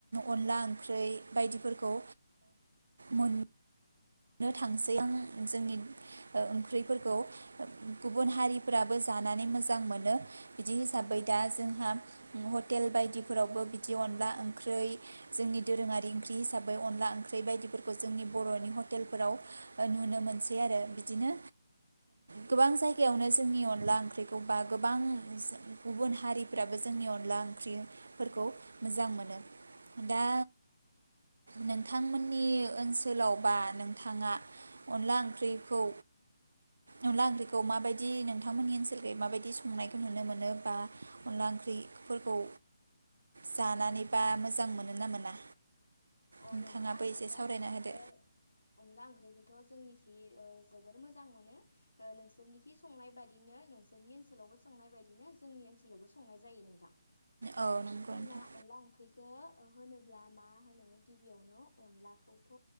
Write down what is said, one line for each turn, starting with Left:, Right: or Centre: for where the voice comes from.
Right: अनला ओंख्रि बायदिफोरखौ मो ननो थांसै आं जोंनि ओंख्रिफोरखौ गुबुन हारिफोराबो जानानै मोजां मोनो बिदि हिसाबै दा जोंहा हटेल बायदिफोरावबो बिदि अनला ओंख्रि जोंनि दोरोङारि ओंख्रि हिसाबै अनला ओंख्रि बायदिफोरखौ जोंनि बर'नि हटेलफोराव नुनो मोनसै आरो बिदिनो गोबां जायगायावनो जोंनि अन ला ओंख्रिखौ बा गोबां गुबुन हारिफ्राबो जोंनि अनला ओंख्रिफोरखौ मोजां मोनो दा नोंथांमोननि ओनसोलाव बा। नोंथाङा अनला ओंख्रिखौ अनला ओंख्रिखौ माबायदि नोंथांमोननि ओनसोलखो माबायदि संनायखौ नुनो मोनो बा अनला ओंख्रिफोरखौ जानानै बा मोजां मोनो ना मोना?
Left: अ
Right: नोंथाङाबो
Left: नोंथां
Right: एसे
Left: अनला
Right: सावरायना
Left: ओंखि बेखौथ'।
Right: होदो
Left: अनला ओंख्रिखौथ' जोंनिखि जोबोर मोजां मोनो नोंसोरनिखि संनाय बायदिनो नोंसोरनि ओनसोलावबो संनाय बायदिनो जोंनि ओनसोलावबो संनाय जायो नोंथां।
Right: औ नंगौ
Left: जोंना
Right: नोंथां
Left: अनला ओंख्रिखौ। होनोब्ला मा होनो। गिबियावनो अनलाखौथ'